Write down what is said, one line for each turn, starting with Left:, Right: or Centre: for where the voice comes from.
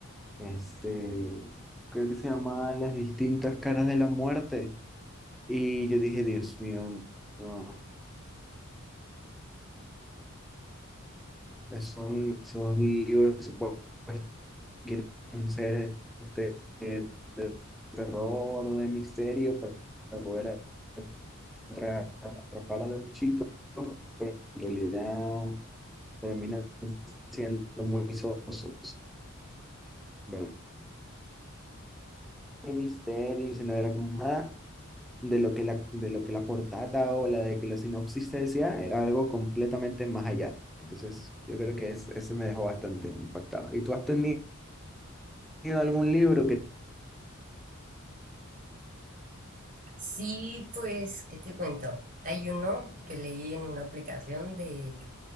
Centre: Este, creo que se llamaba Las distintas caras de la muerte. Y yo dije, Dios mío, no, son esos libros que supongo que quieren ser este, de, de terror o de misterio para para poder atrapa atrapar a los chicos, pero en realidad terminan siendo muy sosos, ¿verdad? El misterio, si no era como nada de lo que la, de lo que la portada o la de que la sinopsis te decía, era algo completamente más allá. Entonces, yo creo que es- ese me dejó bastante impactado. ¿Y tú has tenido algún libro que...
Right: Sí, pues, ¿qué te cuento? Hay uno que leí en una aplicación de,